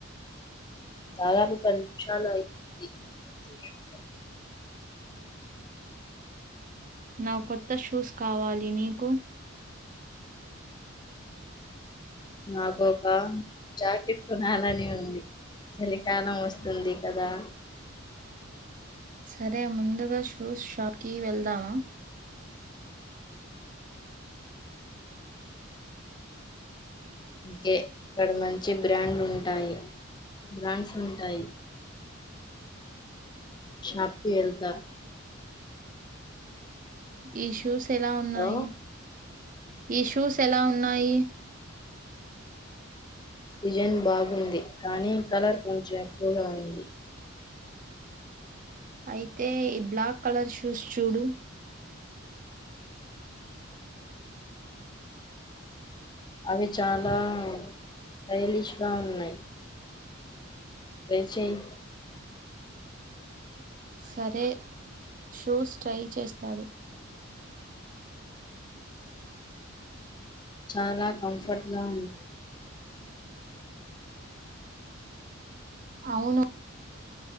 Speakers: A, on the left; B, on the right.
A: దాదాపు పది నిముషాలు అయ్యింది రోజు ఎం
B: నా కొత్త షూస్ కావాలి నీకు
A: నాకొక జాకెట్ కొనాలని ఉంది చలికాలం వస్తుంది కదా
B: సరే ముందుగా షూస్ షాప్ కి వెళ్దామా
A: ఇంకే అక్కడ మంచి బ్రాండ్లు ఉంటాయి బ్రాండ్స్ ఉంటాయి షాప్కి వెళ్తా
B: ఈషూస్ ఎలా ఉన్నాయి
A: లో
B: ఈ షూస్ ఎలా ఉన్నాయి
A: డిజైన్ బాగుంది కానీ కలర్ కొంచెం ఎక్కువగా ఉంది
B: అయితే ఈ బ్లాక్ కలర్ షూస్ చూడు
A: అవి చాలా స్టైలిష్ గా ఉన్నాయి ట్రై చెయ్
B: సరే షూస్ ట్రై చేస్తాడు
A: చాలా కంఫర్ట్గా ఉంది
B: అవును